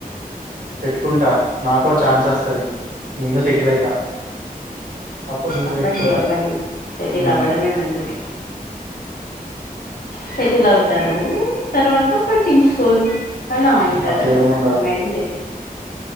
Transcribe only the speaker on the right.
పెట్టుకుంటా నాకో ఛాన్స్ అస్తది నేను సెటిలైత అప్పుడ్ నేను
పెట్టుకుంటా
ఉమ్
అట్లేముండదు.